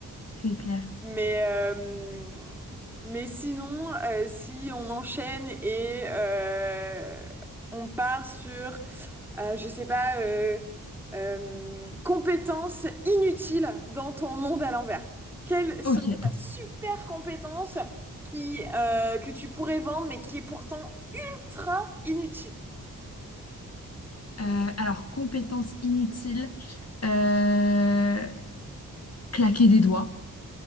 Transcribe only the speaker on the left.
C'est clair.
Ok.
Euh,
alors, compétence inutile, euh, claquer des doigts.